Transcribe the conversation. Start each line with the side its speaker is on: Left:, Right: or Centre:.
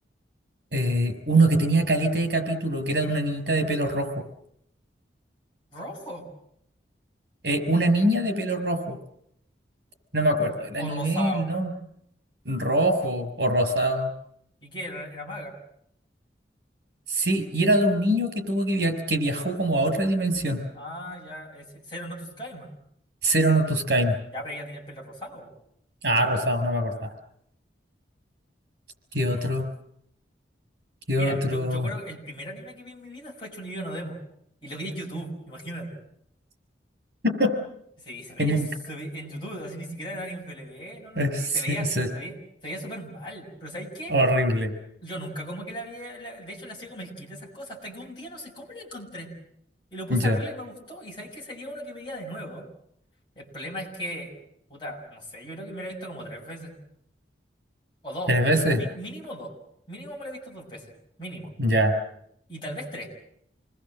Right: eh, uno que tenía caleta de capítulo, que era de una niñita de pelo rojo.
Left: ¿Rojo
Right: Eh, una niña de pelo rojo. No me acuerdo. El anime,
Left: o rosado?
Right: el nombre. Rojo o rosado.
Left: ¿Y qué era? ¿Era maga?
Right: Sí, y era de un niño que tuvo que, via- que viajó como a otra dimensión.
Left: Ah, ya, es Zero no tus Kaima.
Right: Cero no Tuskaima.
Left: Ya, pero ella tiene el pelo rosado. po.
Right: Ah, rosado, no me acordaba. ¿Qué otro? ¿Qué
Left: Mira,
Right: otro?
Left: yo, yo creo que el primer anime que vi en mi vida fue Chunibyo no Demo. Y lo vi en YouTube, imagínate.
Right: <laughs>
Left: Sí, se veía
Right: En inc-
Left: se ve- en YouTube, así ni siquiera en Anime FLV, no, no,
Right: eh,
Left: no.
Right: <laughs> Sí,
Left: Y se veía,
Right: sí,
Left: se veía, se veía súper mal. Pero ¿sabéis qué?
Right: horrible.
Left: Yo nunca como que la había, la- de hecho la hacía como el kit de esas cosas, hasta que un día no sé cómo lo encontré. Y lo puse
Right: Ya.
Left: a verlo y me gustó. Y sabéis que sería uno que veía de nuevo. El problema es que, puta, no sé, yo creo que me lo he visto como tres veces. O dos,
Right: ¿Tres veces?
Left: mi- mi- mínimo dos. Mínimo me lo he visto dos veces, mínimo.
Right: Ya.
Left: Y tal vez tres.